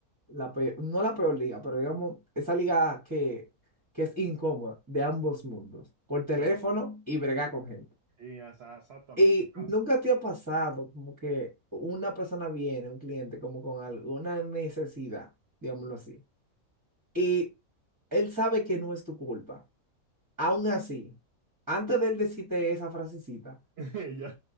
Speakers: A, on the right; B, on the right.
A: la peor no la peor liga, pero digamos, esa liga que, que es incómoda de ambos mundos, por teléfono
B: Sí,
A: y bregar con gente.
B: y esa- exactamente.
A: Y nunca te ha pasado como que una persona viene, un cliente, como con alguna necesidad, digámoslo así, y él sabe que no es tu culpa. Aún así, antes de él decirte esa frasecita,
B: <laughs> Ya,